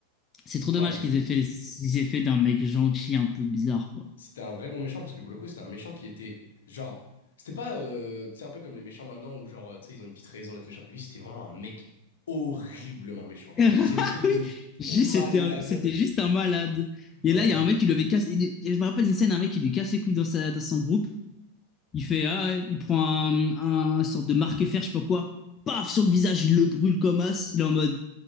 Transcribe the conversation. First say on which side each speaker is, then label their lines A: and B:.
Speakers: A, on the left (about 25°); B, on the left (about 65°).
A: C'est trop
B: Ouais,
A: dommage
B: il-
A: qu'ils aient fait, qu'ils aient fait d'un mec gentil un peu bizarre, quoi.
B: c'était un vrai bon méchant, parce que pour le coup, c'était un méchant qui était, genre... C'était pas, euh, tu sais, un peu comme les méchants maintenant, où genre, euh, tu sais, ils ont une petite raison d'être méchants. Lui, c'était vraiment un mec horriblement méchant,
A: <laughs>
B: genre.
A: Ah
B: Il faisait des trucs
A: oui,
B: de
A: J,
B: fou malade.
A: c'était un- c'était juste un malade. Et
B: Ouais.
A: là, il y a un mec qui lui avait cassé. il- il- Je me rappelle d'une scène, un mec qui lui casse les couilles dans, sa, dans son groupe. Il fait, ah, ouais, il prend un, un sorte de marque-fer, je sais pas quoi. Paf, sur le visage, il le brûle comme as. Il est en mode,